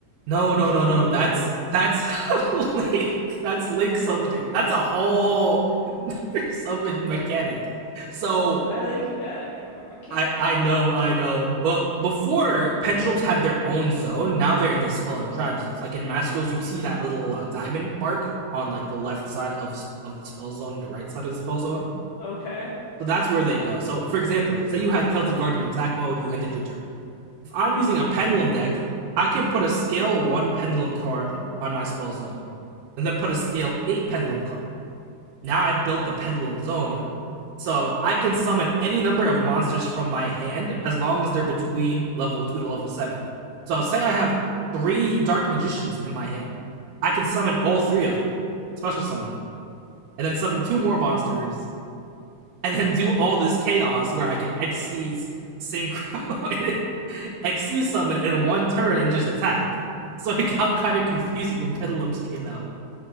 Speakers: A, on the right; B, on the left.
A: no
B: I'm
A: no
B: so
A: no
B: confused.
A: no that's that's <laughs> Link. That's Link summoning. That's a whole another <laughs> summon mechanic. So
B: Why do they keep adding in more mechanics?
A: I I know, I know. But before pendulums had their own zone, now they're in the spell and tribe zones. Like in Master Duels, you see that little uh, diamond mark on like the left side of of the spell zone and the right side of the spell zone.
B: Okay.
A: So that's where they go. So for example, say you had Celtic Guardian in attack mode, you ended your turn. If I'm
B: hmm
A: using a pendulum deck, I can put a scale one pendulum card on my spell zone, and then put a scale eight pendulum card. Now I built the pendulum zone, so I can summon any number of monsters from my hand as long as they're between level two to level seven. So say I have three dark magicians in my hand. I can summon all three of them, special summon them, and then summon two more monsters, and then do all this chaos where I can Xyz, synchro, <laughs> exceed summon in one turn and just attack. So it got kind of confusing when Pedalums came out.